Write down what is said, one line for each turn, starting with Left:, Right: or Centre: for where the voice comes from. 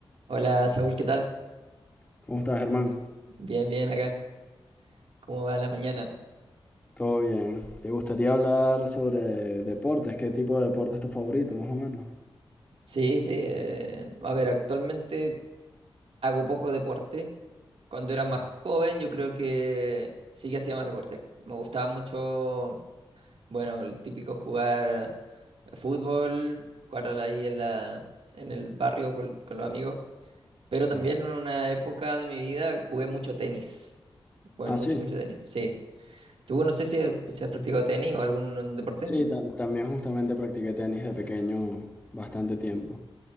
Right: Hola Saúl, ¿qué tal?
Left: ¿Cómo estás, Germán?
Right: Bien, bien acá. ¿Cómo va la mañana?
Left: Todo bien. ¿Te gustaría hablar sobre deportes? ¿Qué tipo de deporte es tu favorito, más o menos?
Right: Sí, sí. eh, a ver, actualmente hago poco deporte. Cuando era más joven, yo creo que sí que hacía más deporte. Me gustaba mucho, bueno, el típico jugar fútbol, jugar al- ahí en la, en el barrio con, con los amigos. Pero
Left: Claro.
Right: también en una época de mi vida jugué mucho tenis. Jugué
Left: Ah,
Right: mucho,
Left: sí.
Right: mucho tenis. Sí. ¿Tú no sé si, si has practicado tenis o algún deporte?
Left: Sí, ta- también justamente practiqué tenis de pequeño bastante tiempo.